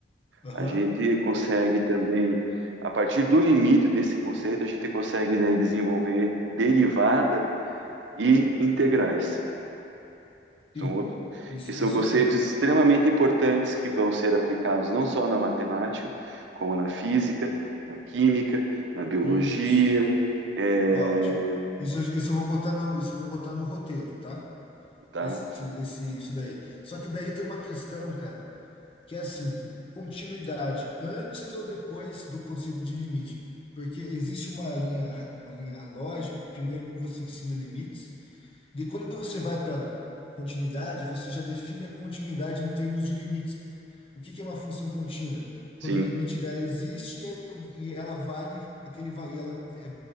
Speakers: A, on the left; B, on the right.
A: Aham.
B: a gente consegue também, a partir do limite desse conceito, a gente consegue daí desenvolver derivadas e integrais.
A: Sim,
B: São outros,
A: isso
B: que são
A: isso
B: conceitos
A: aí.
B: extremamente importantes que vão ser aplicados não só na matemática, como na física, na química, na biologia,
A: Isso.
B: é,
A: Ótimo. Isso, isso eu vou botar no, isso eu vou botar no roteiro, tá?
B: tá?
A: Esse, esse, isso daí. Só que daí tem uma questão, cara, que é assim, continuidade antes ou depois do conceito de limite. Porque existe uma linha, uma linha lógica que primeiro você ensina limites, de quando você vai para continuidade, você já define a continuidade em termos de limites. O que que é uma função contínua?
B: Sim.
A: Quando o limite dela existe e é, e ela vale aquele va- e ela, é,